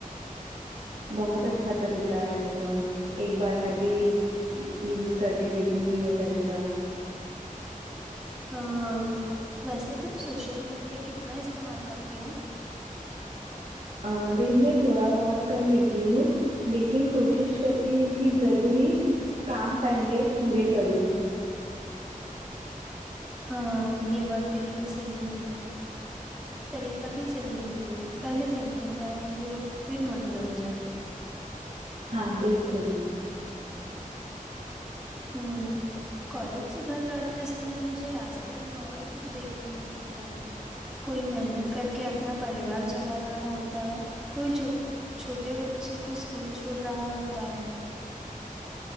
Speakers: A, on the right; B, in the centre.
A: بہت اچھا طریقہ ہے یہ تو ایک بار میں بھی یوز کر کے دیکھوں گی یہ طریقہ
B: ہاں ویسے تم سوشل میڈیا کتنا استعمال کرتی ہو
A: ا دن میں تھوڑا بہت کر لیتی ہوں لیکن کوشش کرتی ہوں کہ ضروری کام پہلے پورے کروں
B: ہاں یہ بات بالکل صحیح ہے طریقہ بھی صحیح ہے یہ پہلے ذمہ داری ہو پھر منورنجن
A: ہاں بالکل
B: ہوں کالج سے گھر لوٹتے سمے مجھے راستے میں بہت کچھ دیکھنے کو ملتا ہے کوئی محنت کر کے اپنا پریوار چلا رہا ہوتا ہے کوئی چھوٹیے چھوٹے بچے کو اسکول چھوڑ رہا ہوتا ہے